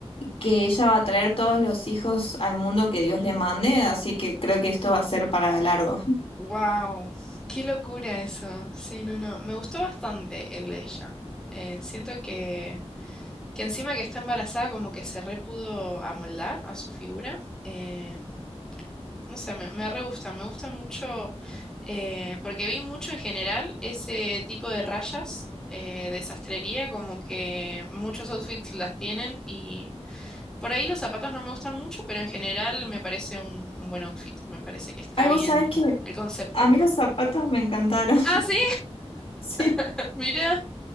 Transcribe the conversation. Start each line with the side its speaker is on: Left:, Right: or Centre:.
Left: que ella va a traer todos los hijos al mundo que Dios le mande, así que creo que esto va a ser para largo.
Centre: Wow. Qué locura eso. Sí, no, no. Me gustó bastante el de ella. Eh, siento que, que encima que está embarazada, como que se re pudo amoldar a su figura. Eh, no sé, me, me re gusta. Me gusta mucho. eh, porque vi mucho en general ese tipo de rayas eh, de sastrería. Como que muchos outfits las tienen y. Por ahí los zapatos no me gustan mucho, pero en general me parece un, un buen outfit. Me parece que está
Left: Ay,
Centre: bien
Left: vos sabés que
Centre: el concepto.
Left: a mí los zapatos me encantaron,
Centre: Ah, sí,
Left: <laughs> sí.
Centre: <laughs> mira.